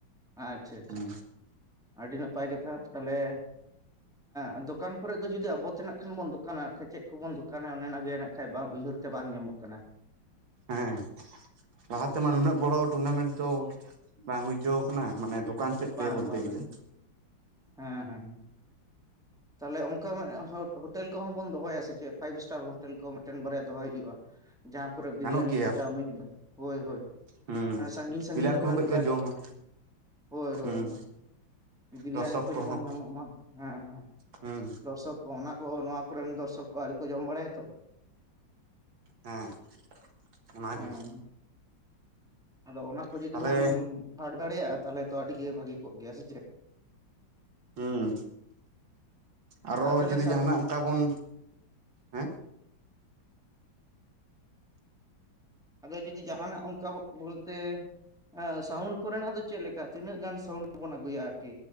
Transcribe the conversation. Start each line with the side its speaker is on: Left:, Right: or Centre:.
Centre: ᱟᱪᱪᱷᱟ ᱟᱪᱪᱷᱟ
Right: ᱦᱩᱸ᱾
Centre: ᱟᱹᱰᱤ ᱱᱟᱯᱟᱭ ᱠᱟᱛᱷᱟ ᱛᱟᱞᱮ, ᱮᱜ ᱫᱚᱠᱟᱱ ᱠᱚᱨᱮᱜ ᱫᱚ ᱡᱩᱫᱤ ᱟᱵᱚ ᱛᱮᱱᱟᱜ ᱠᱷᱟᱱ ᱵᱚᱱ ᱫᱚ ᱠᱟᱱᱟ ᱠᱷᱟᱡ ᱪᱮᱫ ᱠᱚᱵᱚᱱ ᱫᱚᱠᱟᱱᱟ ᱚᱱᱮ ᱚᱱᱟᱜᱮ ᱱᱟᱜ ᱠᱷᱟᱡ ᱵᱟᱝ ᱩᱭᱦᱟᱹᱨᱛᱮ ᱵᱟᱝ ᱧᱟᱢᱚᱜ ᱠᱟᱱᱟ᱾
Right: ᱦᱮᱸ ᱞᱟᱦᱟ ᱛᱮᱢᱟ ᱱᱩᱱᱟᱹᱜ ᱵᱚᱲᱚ ᱴᱩᱨᱱᱟᱢᱮᱱᱴ ᱫᱚ ᱵᱟᱝ ᱦᱩᱭ ᱪᱳᱣ ᱠᱟᱱᱟ ᱢᱟᱱᱮ ᱫᱚ ᱫᱚᱠᱟᱱ ᱥᱮᱫ
Centre: ᱵᱟᱝ
Right: ᱛᱮ ᱵᱚᱞᱛᱮ
Centre: ᱵᱟᱝ
Right: ᱜᱮᱞᱮ᱾
Centre: ᱦᱮᱸ ᱦᱮᱸ᱾ ᱛᱟᱞᱦᱮ ᱚᱱᱠᱟ ᱢᱟᱜ ᱦᱳᱴ ᱦᱳᱴᱮᱞ ᱠᱚᱦᱚᱸ ᱵᱚᱱ ᱫᱚᱦᱚᱭᱟ ᱥᱮ ᱪᱮᱫ? ᱯᱷᱟᱭᱤᱵᱷ ᱤᱥᱴᱟᱨ ᱦᱳᱴᱮᱞ ᱠᱚ ᱢᱤᱜᱴᱮᱱ ᱵᱟᱨᱭᱟ ᱫᱚᱦᱚᱭ ᱦᱩᱭᱩᱜᱼᱟ᱾ ᱡᱟᱦᱟᱸ ᱠᱚᱨᱮ ᱵᱤᱨᱤᱭᱟᱱᱤ
Right: ᱜᱟᱱᱚᱜ ᱜᱮᱭᱟ
Centre: ᱠᱚ ᱪᱟᱣᱢᱤᱱ ᱦᱳᱭ ᱦᱳᱭ᱾
Right: ᱦᱩᱸ
Centre: ᱮᱸ ᱥᱟᱺᱜᱤᱧ ᱥᱟᱺᱜᱤᱧ
Right: ᱯᱞᱮᱭᱟᱨ
Centre: ᱠᱚᱨᱮᱱ
Right: ᱠᱚᱦᱚᱸ ᱠᱟᱹᱡ
Centre: ᱯᱞᱮᱭᱟᱨ
Right: ᱠᱚ ᱡᱚᱢᱟ
Centre: ᱦᱳᱭ ᱦᱳᱭ
Right: ᱦᱩᱸ
Centre: ᱦᱳ᱾ ᱵᱤᱨᱭᱟᱱᱤ
Right: ᱫᱚᱨᱥᱚᱠ
Centre: ᱠᱚ
Right: ᱠᱚᱦᱚᱸ
Centre: ᱡᱮᱢᱚᱱ ᱧᱟᱢᱚᱜ ᱢᱟ ᱦᱮᱸ ᱦᱮᱸ᱾
Right: ᱦᱩᱸ᱾
Centre: ᱫᱚᱨᱥᱚᱠ ᱠᱚ ᱚᱱᱟ ᱠᱚ ᱱᱚᱣᱟ ᱠᱚᱨᱮᱱ ᱫᱚᱨᱥᱚᱠ ᱠᱚ ᱟᱹᱣᱨᱤ ᱠᱚ ᱡᱚᱢ ᱵᱟᱲᱟᱭᱟ ᱛᱚ᱾
Right: ᱦᱮᱸ ᱚᱱᱟᱜᱮ᱾
Centre: ᱦᱮᱸ ᱦᱮᱸ ᱟᱫᱚ ᱚᱱᱟ ᱠᱚ ᱡᱩᱫᱤ
Right: ᱛᱟᱦᱚᱞᱮ
Centre: ᱵᱚᱱ ᱯᱷᱟᱰ ᱫᱟᱲᱮᱭᱟᱜᱼᱟ ᱛᱟᱞᱦᱮ ᱛᱚ ᱟᱹᱰᱤᱜᱮ ᱵᱷᱟᱹᱜᱤ ᱠᱚᱜ ᱜᱮᱭᱟ, ᱥᱮ ᱪᱮᱫ?
Right: ᱦᱩᱸ᱾ ᱟᱨᱚ
Centre: ᱟᱨ ᱛᱟᱦᱚᱞᱮ
Right: ᱡᱩᱫᱤ
Centre: ᱥᱟᱶ
Right: ᱡᱟᱦᱟᱱᱟᱜ ᱚᱱᱠᱟ ᱵᱚᱱ ᱦᱮᱸ
Centre: ᱟᱫᱚ ᱡᱩᱫᱤ ᱡᱟᱦᱟᱱᱟᱜ ᱚᱱᱠᱟ ᱵᱚᱞᱛᱮ ᱦᱮᱸ ᱥᱟᱣᱩᱱᱰ ᱠᱚᱨᱮᱱᱟᱜ ᱫᱚ ᱪᱮᱜ ᱞᱮᱠᱟ, ᱛᱤᱱᱟᱹᱜ ᱜᱟᱱ ᱥᱟᱣᱩᱱᱰ ᱵᱚᱱ ᱟᱹᱜᱩᱭᱟ ᱟᱨ ᱠᱤ᱾